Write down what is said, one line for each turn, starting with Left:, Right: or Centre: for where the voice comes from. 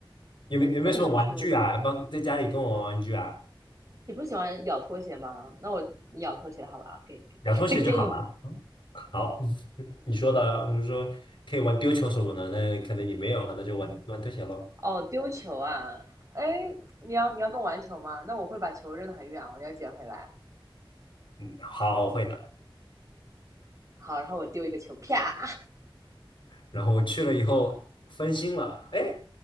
Left: 有没有有没有什么玩具啊？
Right: 那你出，
Left: 包括在家里跟我玩玩具啊？
Right: 你不喜欢咬拖鞋吗？那我你咬拖鞋好了啊，给给给
Left: 两拖鞋就好了。
Right: <laughs> 给你
Left: 好，<laughs> 你说的啊我说可以玩丢球什么的，那可能你没有，那就玩玩拖鞋喽。
Right: 哦，丢球啊！哎，你要你要跟我玩球吗？那我会把球扔得很远，我要捡回来。
Left: 嗯好，我会的。
Right: 好，然后我丢一个球，啪！
Left: 然后我去了以后分心了，哎，